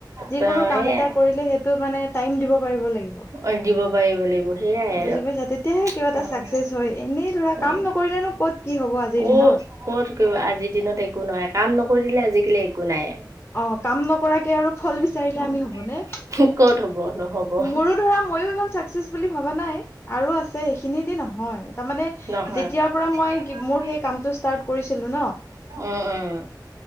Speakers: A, on the left; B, on the right.
A: যিকোনো
B: ত
A: কাম
B: সেইয়াই
A: এটা কৰিলে সেইটোত মানে টাইম দিব পাৰিব লাগিব।
B: অ দিব পাৰিব লাগিব সেইয়াই
A: বুজ
B: আৰু
A: পাইছা তেতিয়াহে কিবা এটা
B: উম
A: চাকচেচ হয় এনেই ধৰা
B: উম
A: কাম নকৰিলেনো ক'ত কি হ'ব আজিৰ
B: ক
A: দিনত।
B: ক'ত আজিৰ দিনত একো নহয় কাম নকৰিলে আজিকালি একো নাই।
A: অ কাম নকৰাকে আৰু ফল বিচাৰিলে
B: উম
A: আমি হ'বনে।
B: ক'ত হ'ব নহ'ব অ'
A: মোৰো ধৰা মইও ইমান চাকচেচ বুলি ভবা নাই আৰু আছে সেইখিনি দি নহয় তাৰমানে যেতিয়াৰ
B: নহয়।
A: পৰা
B: তেতিয়াৰ
A: মই
B: পৰা
A: মোৰ সেই
B: কি
A: কামটো ষ্টাৰ্ট কৰিছিলো ন
B: উম, উম,